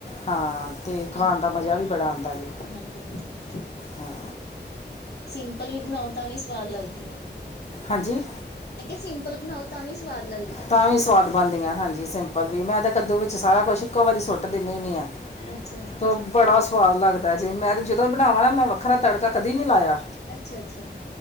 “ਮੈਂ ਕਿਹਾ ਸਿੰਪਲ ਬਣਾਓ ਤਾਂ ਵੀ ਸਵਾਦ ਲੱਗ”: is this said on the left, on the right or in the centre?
Left